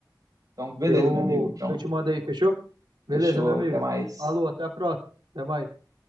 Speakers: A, on the right; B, on the right.
A: então, beleza,
B: que eu,
A: meu amigo. Então,
B: eu te mando aí, fechou? Beleza,
A: fechou,
B: meu amigo.
A: até mais.
B: Falou, até a próxima, até mais.